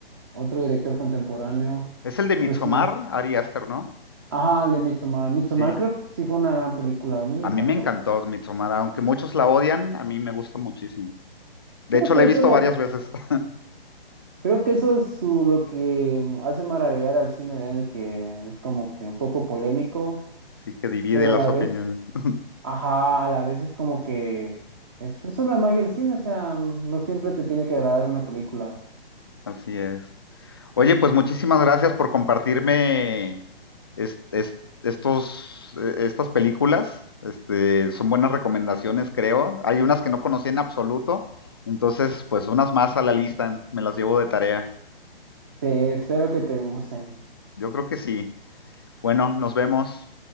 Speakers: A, on the right; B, on the left.
A: otro director contemporáneo,
B: Es el de Midsommar,
A: pero sí.
B: Ari Aster, ¿no?
A: Ajá, el de Midsommar. Midsommar
B: Sí.
A: creo que sí fue una gran película, a mí me
B: A
A: encantó.
B: mí me encantó Midsommar, aunque muchos la odian, a mí me gusta muchísimo. De
A: Creo
B: hecho,
A: que
B: la he
A: eso
B: visto
A: lo,
B: varias veces, <laughs>
A: creo que eso es su- lo que hace maravillar al cine de él, que es como que un poco polémico,
B: así que divide
A: pero
B: las
A: a la vez,
B: opiniones. <laughs>
A: ajá, a la vez es como que es- esa es la magia del cine, o sea, no siempre te tiene que agradar una película.
B: Así es. Oye, pues muchísimas gracias por compartirme es- es- estos, eh, estas películas. Este, son buenas recomendaciones, creo. Hay unas que no conocía en absoluto, entonces, pues unas más a la lista, me las llevo de tarea.
A: Te espero que te gusten.
B: Yo creo que sí. Bueno, nos vemos.